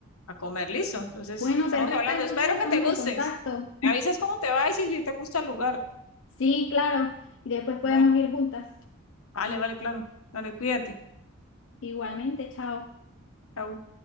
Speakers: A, on the left; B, on the left.
A: a comer, listo. Entonces,
B: Bueno,
A: estamos
B: perfecto,
A: hablando,
B: entonces
A: espero
B: estamos
A: que te gustes.
B: en contacto.
A: Me avisas cómo te va y si te gusta el lugar.
B: Sí, claro, y después podemos
A: Bueno,
B: ir juntas.
A: vale, vale, claro. Dale, cuídate.
B: Igualmente, chao.
A: Chao.